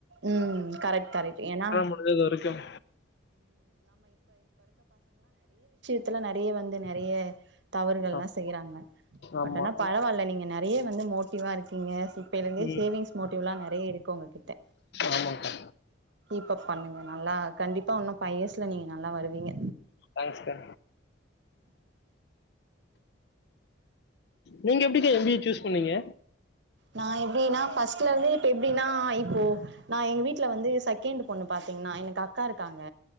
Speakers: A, on the right; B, on the left.
A: உம் கரெட் கரெக்ட் ஏனா
B: முடிஞ்சது வரைக்கும்
A: சுல்லா நெறைய வந்து நெறைய தவறுகள்லா
B: ஆம்.
A: செய்யறானுங்க
B: ஆமா
A: அப்பனா பரவால்ல நீங்க நே ஏ வந்து மோட்டிவா இருக்கீங்க சி தேவை மீன்ஸ்
B: ம்
A: சேவிங்ஸ் மோட்டிவ்லா நெறைய இருக்கு ஒங்ககிட்ட
B: ஆமாக்கா
A: கீப்பப் பண்ணுங்க நல்லா கண்டிப்பா ஒன்னு ஃபை இயர்ஸ்ல நீங்க நல்லா வருவீங்க
B: தேங்க்ஸ்க்கா நீங்க எப்டிக்கா எம் பி ஏ சூஸ் பண்ணீங்க
A: நா எப்டினா ஃபஸ் ட்லருந்தே இப்ப எப்டினா இப்போ நா எங்க வீட்ல வந்து சகெண்டு பொண்ணு பாத்தீங்னா எனக்கு அக்கா இருக்காங்க